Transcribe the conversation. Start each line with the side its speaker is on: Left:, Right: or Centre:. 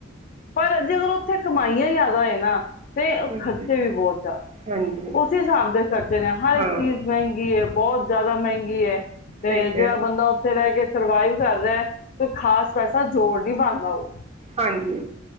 Left: ਪਰ, ਜੇ ਅਗਰ, ਉੱਥੇ ਕਮਾਈਆਂ ਜ਼ਿਆਦਾ ਹੋਏ ਨਾ। ਤੇ
Right: ਹਾਂਜੀ
Left: ਖਰਚੇ ਵੀ ਬਹੁਤ ਜ਼ਿਆਦਾ।
Right: ਹਾਂਜੀ
Left: ਉਸ ਹਿਸਾਬ ਦੇ ਖਰਚੇ ਨੇ, ਹਰ
Right: ਹਾਂ
Left: ਇੱਕ ਚੀਜ਼ ਮਹਿੰਗੀ ਹੈ ਬਹੁਤ। ਜ਼ਿਆਦਾ ਮਹਿੰਗੀ ਹੈ। ਤੇ
Right: ਸਹੀ ਕਹਿ
Left: ਜਿਹੜਾ
Right: ਰਹੇ
Left: ਬੰਦਾ ਉੱਥੇ ਰਹਿ ਕੇ ਸਰਵਾਈਵ ਕਰ ਰਿਹਾ, ਤੇ ਖਾਸ ਪੈਸਾ ਜੋੜ ਨਹੀਂ ਬਣਂਦਾ ਉਹ।
Right: ਹਾਂਜੀ।